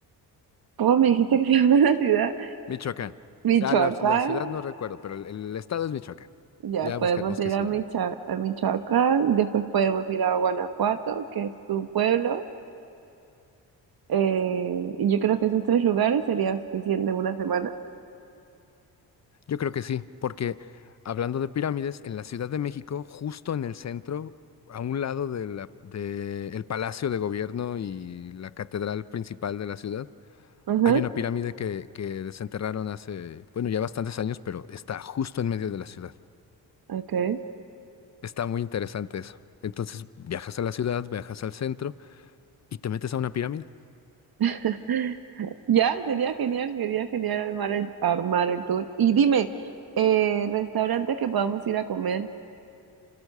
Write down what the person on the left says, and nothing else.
Michoacán.
Ah, la, la ciudad no recuerdo, pero el, el estado es Michoacán.
Ya
buscaremos
qué ciudades.
Yo creo que sí, porque hablando de pirámides, en la Ciudad de México, justo en el centro, a un lado de la- de el Palacio de Gobierno y la catedral principal de la ciudad,
hay una pirámide que, que desenterraron hace, bueno, ya bastantes años, pero está justo en medio de la ciudad.
Está muy interesante eso. Entonces viajas a la ciudad, viajas al centro y te metes a una pirámide.